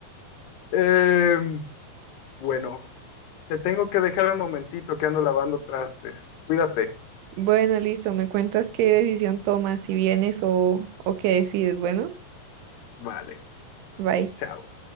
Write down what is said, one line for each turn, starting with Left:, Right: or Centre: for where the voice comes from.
Left: eh, bueno, te tengo que dejar un momentito que ando lavando trastes. Cuídate.
Right: Bueno, listo, me cuentas qué decisión tomas, si vienes o, o qué decides. Bueno,
Left: Vale,
Right: bye.
Left: chao.